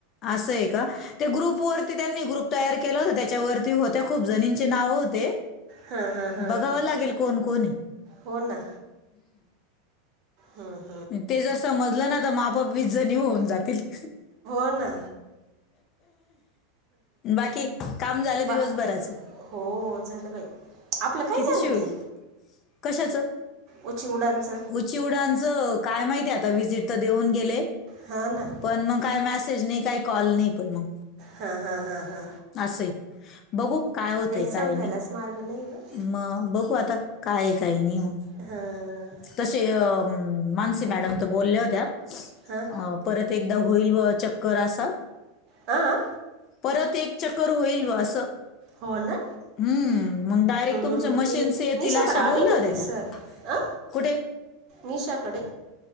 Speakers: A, on the left; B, on the right.
A: आसं आहे का? ते ग्रुप वरती त्यांनी ग्रुप तयार केला होता त्याच्यावरती होत्या खूप जणींचे नाव होते,
B: हा हा हा,
A: बघावं लागेल कोण कोण हे?
B: हो ना, हुं,
A: ते जर समजलं ना त म आपोआप वीसजणी होऊन जातील.
B: हो ना.
A: बाकी काम झालं
B: बा
A: दिवसभराचं?
B: हो, झालं बाई. आपलं काय
A: किती
B: झालं
A: शिव,
B: ते
A: कशाचं?
B: ओ चिवडांच
A: ओ चिवडांच काय माहिती आता व्हिजिट त देऊन गेले
B: हा ना.
A: पण मग काय मेसेज नाही, काय कॉल नाही पण मंग.
B: हा हा हा हा,
A: असंय, बघू काय होतंय काय
B: समजायलाच
A: नाही.
B: मार्ग नाही गं
A: मग, बघू आता, काय काय नाही मग,,
B: हां
A: तशे अ मानसी मॅडम त बोलल्या होत्या.
B: हां.
A: अं, परत एकदा होईल व चक्कर असं,,
B: हां
A: परत एक चक्कर होईल व असं
B: हो ना.
A: हम्म मग डायरेक्ट
B: हं
A: तुमचे
B: हं,
A: मशीन्स
B: ते
A: येतील
B: निशाकडं
A: अशा
B: आलेते
A: बोलल्या होत्या
B: ते
A: त्या
B: सर,, आ
A: कुठे
B: निशा कडे